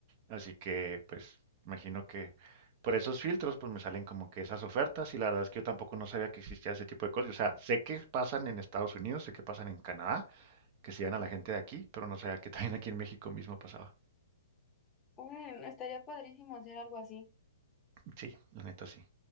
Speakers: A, on the right; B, on the left.
A: Así que, pues, imagino que por esos filtros, pues me salen como que esas ofertas y la verdad es que yo tampoco no sabía que existía ese tipo de cosas. O sea, sé que pasan en Estados Unidos, sé que pasan en Canadá, que se dan a la gente de aquí, pero no sabía que <laughs> también aquí en México mismo pasaba.
B: Órale, no, estaría padrísimo hacer algo así.
A: Sí, la neta sí.